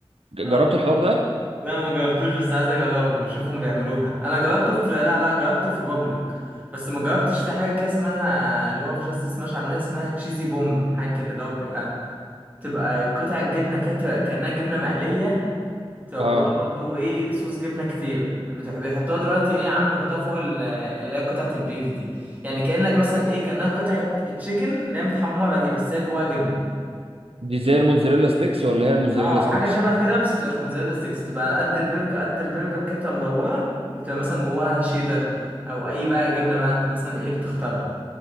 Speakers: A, on the right; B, on the right.
A: ج-
B: اه
A: جربت الحوار ده
B: لا ما جربتوش بس عايز اجربه اشوفهم بيعملوها انا جربته في لا لا جربت في بابليك بس ما جربتش في حاجه كده اسمها اللي هو في جاست سماش عاملينها اسمها تشيزي بومب حاجه كده اللي هو بيبقى تبقى قطع جبنه كده بتبقى كانها جبنه مقليه بتبقى
A: اه
B: جواها برضه ايه صوص جبنه كتير بتح- بيحطوها دلوقتي ايه يا عم بيحطوها فوق ال- اللي هي قطعه البيف دي يعني كانك مثلا ايه كانها قطعه تشيكن اللي هي متحمره دي بس هي جواها جبنه
A: دي زي الموتزاريلا ستيكس ولا هي الموتزاريلا
B: اه
A: ستيكس
B: حاجه شبه كده بس متبقاش موتزاريلا ستيكس تبقى قد البرجر قد البرجر كده بتبقى مدوره وتبقى مثلا جواها شيدر او اي بقى جبنه بقى انت مثلا ايه بتختارها